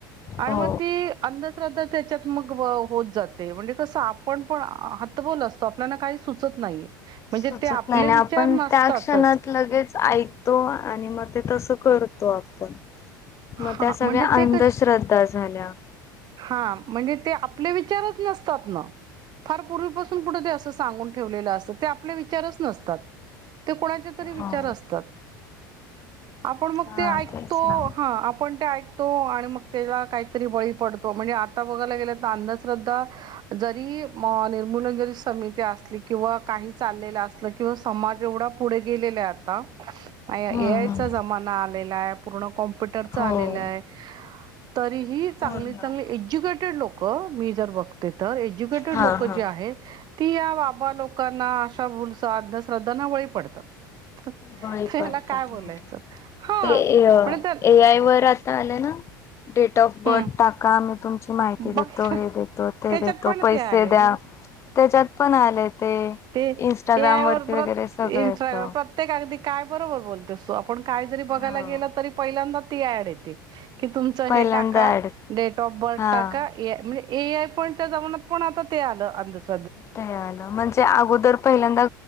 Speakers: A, on the right; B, on the left.
A: आणि
B: हो.
A: मग ती अंधश्रद्धा त्याच्यात मग होत जाते, म्हणजे कसं आपण पण हातबल असतो. तो आपल्याला काही सुचत नाही. म्हणजे
B: सुचत
A: ते आपले
B: नाही ना,
A: विचार
B: आपण
A: नसतातच
B: त्या क्षणात लगेच ऐक तो आणि मग ते तस करतो आपण
A: हा
B: मग त्या सगळ्या
A: म्हणजे ते
B: अंधश्रद्धा
A: कश
B: झाल्या.
A: हा म्हणजे ते आपले विचारच नसतात ना फार पूर्वीपासून कुठे ते असं सांगून ठेवलेलं असतं? ते आपले विचारच नसतात. ते कोणाचे तरी विचार
B: हो.
A: असतात? आपण मग
B: हा
A: ते ऐकतो.
B: तेच ना.
A: हा आपण ते ऐकतो आणि मग त्याला काहीतरी बळी पड तो म्हणजे आता बघायला गेला, तर अंधश्रद्धा जरी म निर्मूलन जरी समिती, असली किंवा काही चाललेल अस ल किंवा समाज एवढा पुढे गेलेला आहे आता नाही
B: हम्म
A: ए आय
B: हम्म.
A: चा जमाना आलेला हाय, पूर्ण कॉम्प्युटरचा
B: हो
A: आलेला हाय. तरीही
B: पूर्ण
A: चांगली चांगली एज्युकेटेड लोक मी जर बघते, तर एज्युकेटेड
B: हा
A: लोक
B: हा
A: जे आहेत ती या बाबा लोकांना, अशा भूलसा, अंधश्रध्दा ना बळी पडतात. तर
B: बळी पडतात
A: ह्याला काय बोलायचं हा
B: ते
A: म्हण तर
B: ए आय वर आता आलय ना डेट ऑफ बर्थ
A: हम्म
B: टाका, मग तुमची माहिती ते
A: बघ
B: देतो, हे देतो, ते
A: त्याच्यात
B: देतो,
A: पण
B: पैसे
A: ते आले म्हणजे
B: द्या त्याच्यात पण आलय, ते
A: ते
B: इंस्टाग्राम
A: ए आय वर
B: वरती
A: परत
B: वगैरे सगळं
A: इंस्टा
B: येत.
A: प्रत्येक ऍड काय बरोबर बोलतेस तू? आपण काय जरी बघायला
B: हो.
A: गेल तरी पहिल्यांदा ती ऍड येते. की तुमचं
B: पहिल्यांदा
A: हे टाका
B: ऍड
A: डेट ऑफ बर्थ
B: हा.
A: टाका ए आय म्हणजे ए आय पॉईंटच्या जमानात पण आता ते आलं अंधश्रधा
B: ते आलं म्हणजे अगोदर पहिल्यांदा